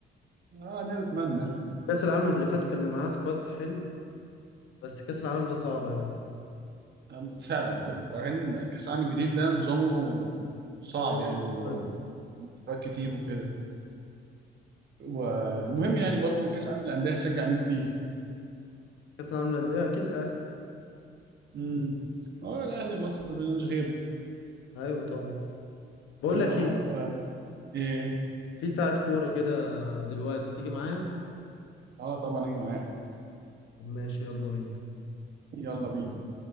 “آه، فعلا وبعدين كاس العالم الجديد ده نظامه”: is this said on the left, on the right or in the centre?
Right